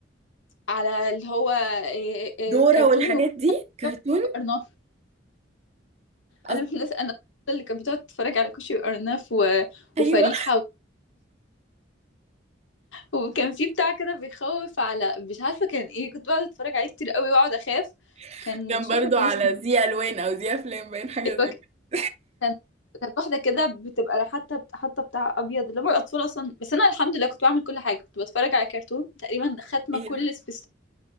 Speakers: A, on the left; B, on the right.
A: على اللي هو إيه إيه
B: دورة
A: كرتون
B: والحاجات دي كرتون
A: وارناف
B: أصل
A: انا من الناس انا اللي كانت بتقعد تتفرج على كوشي وارناف و... وفريحه
B: ايوه
A: و... وكان في بتاع كده بيخوف على مش عارفه كان ايه كنت بقعد اتفرج عليه كتير قوي واقعد اخاف
B: <laughs>
A: كان
B: كان
A: مش
B: برضو
A: فاكره
B: على
A: كان اسمه
B: زي الوان او زي افلام باين حاجه
A: إيه،
B: زي كده
A: كان كانت واحدة كده بتبقى حتى حتى بتاع أبيض اللي هم الأطفال أصلا بس أنا الحمد لله كنت بعمل كل حاجة كنت بتفرج على كرتون تقريبا خاتمة
B: ايوه
A: كل سبيستون